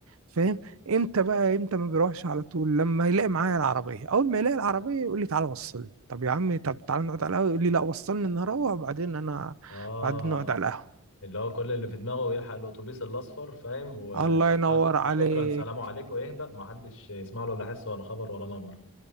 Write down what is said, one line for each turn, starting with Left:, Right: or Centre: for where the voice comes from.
Right: فاهم امتى بقى امتى ما بيروحش على طول لما يلاقي معايا العربيه اول ما يلاقي العربيه يقول لي تعالى وصلني طب يا عم طب تعالى نقعد على القهوه يقول لي لا وصلني انا هروح وبعدين انا
Left: اه
Right: بعدين نقعد على القهوه
Left: اللي هو كل اللي في دماغه يلحق الاتوبيس الاصفر فاهم وشكرا
Right: الله ينور عليك
Left: وشكرا سلام عليكم ويهبق ما حدش يسمع له لا حس ولا خبر ولا نبر